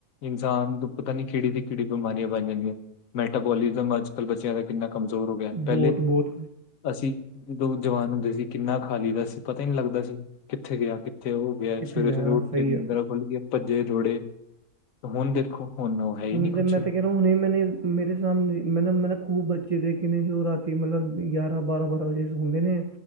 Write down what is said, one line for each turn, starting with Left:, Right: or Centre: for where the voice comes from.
Left: ਇਨਸਾਨ ਤੋਂ ਪਤਾ ਨੀ ਕਿਹੜੀ ਤੇ ਕਿਹੜੀ ਬਿਮਾਰੀਆਂ ਬਣ ਜਾਂਦੀਆਂ ਮੈਟਾਬੋਲਿਜ਼ਮ ਅੱਜ ਕੱਲ੍ਹ ਬੱਚਿਆਂ ਦਾ ਕਿੰਨਾ ਕਮਜ਼ੋਰ ਹੋ ਗਿਆ ਪਹਿਲੇ
Right: ਬਹੁਤ ਬਹੁਤ
Left: ਅਸੀਂ ਜਦੋ ਜਵਾਨ ਹੁੰਦੇ ਸੀ ਕਿੰਨਾ ਖਾਲੀ ਦਾ ਸੀ ਪਤਾ ਹੀ ਨਹੀਂ ਲੱਗਦਾ ਸੀ। ਕਿੱਥੇ ਗਿਆ ਕਿੱਥੇ ਉਹ ਗਿਆ
Right: ਕਿੱਥੇ
Left: ਸਵੇਰੇ-ਸਵੇਰੇ
Right: ਗਿਆ
Left: ਉੱਠ
Right: ਸਹੀ
Left: ਕੇ ਨੀਦਰ
Right: ਹੈ
Left: ਖੁੱਲ ਗਈ ਏ ਭੱਜੇ ਦੋੜੇ, ਹੁਣ ਦੇਖੋ? ਹੁਣ ਉਹ ਹੈ ਹੀ
Right: ਹੁੰਦੇ
Left: ਨਹੀਂ ਕੁਛ
Right: ਮੈਂ ਤੇ ਹੋਰ ਵੀ ਮੈਨੇ ਮੇਰੇ ਸਾਹਣੇ ਮਤਲਬ ਮੈਂ ਖੂਬ ਬੱਚੇ ਦੇਖੇ ਨੇ ਜੋ ਰਾਤੀ ਮਤਲਬ ਗਿਆਰਾਂ ਬਾਰਾਂ-ਬਾਰਾਂ ਵਜੇ ਹੁੰਦੇ ਨੇ